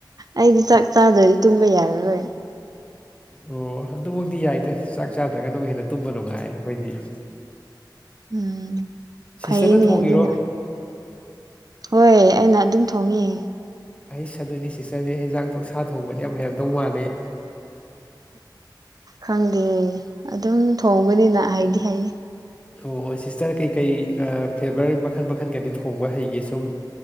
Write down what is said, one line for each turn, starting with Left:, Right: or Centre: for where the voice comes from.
Right: ꯑꯩꯗꯤ ꯆꯥꯛ ꯆꯥꯗ꯭ꯔꯗꯤ ꯇꯨꯝꯕ ꯌꯥꯔꯔꯣꯏ
Left: ꯑꯣ ꯑꯗꯨꯃꯛꯇꯤ ꯌꯥꯏꯗ ꯆꯥꯛ ꯆꯥꯗ꯭ꯔꯒꯅꯕꯨ ꯍꯦꯟꯅ ꯇꯨꯝꯕ ꯅꯨꯡꯉꯥꯏ ꯑꯩꯈꯣꯏꯗꯤ
Right: ꯎꯝ ꯐꯩꯌꯦꯅꯦ
Left: ꯁꯤꯁꯇꯔꯅ ꯊꯣꯡꯉꯤꯔꯣ
Right: ꯑꯗꯨꯅ ꯍꯣꯏ ꯑꯩꯅ ꯑꯗꯨꯝ ꯊꯣꯡꯉꯤ
Left: ꯍꯩꯁ ꯑꯗꯨꯗꯤ ꯁꯤꯁꯇꯔꯖꯤ ꯍꯦꯟꯖꯥꯡ ꯊ ꯁꯥ ꯊꯣꯡꯕꯗꯤ ꯌꯥꯝ ꯍꯩꯔꯝꯗꯧ ꯃꯥꯜꯂꯤ
Right: ꯈꯪꯗꯦ ꯑꯗꯨꯝ ꯊꯣꯡꯕꯅꯤꯅ ꯍꯩꯗꯤ ꯍꯩ
Left: ꯑꯣ ꯁꯤꯁꯇꯔ ꯀꯩꯀꯩ ꯑ ꯐ꯭ꯂꯦꯚꯔ ꯃꯈꯟ ꯃꯈꯟꯒꯗꯤ ꯊꯣꯡꯕ ꯍꯩꯒꯦ ꯁꯨꯝ